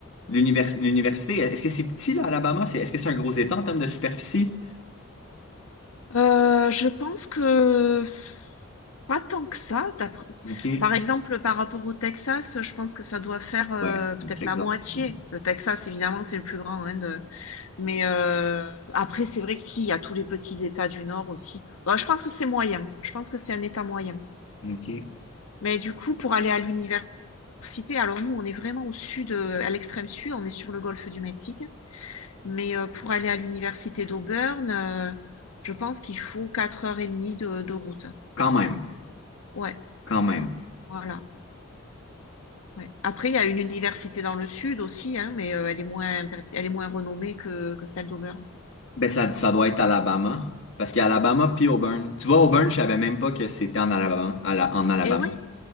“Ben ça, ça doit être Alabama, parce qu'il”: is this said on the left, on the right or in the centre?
Left